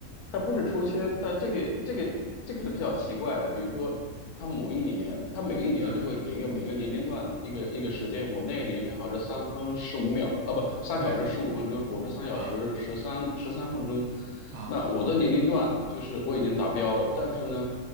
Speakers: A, on the left (about 75°); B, on the right (about 70°).
A: 他不是抽签，但这个这个这个是比较奇怪的。比如说，他某一年，他每一年都会给一个每个年龄段一个一个时间。
B: 嗯，
A: 我那一年正好是三分十五秒，啊不，三小时十五分钟，
B: 对
A: 我是三小时十三十三分钟。
B: 啊。啊，
A: 那我的年龄段就是我已经达标了，但是呢，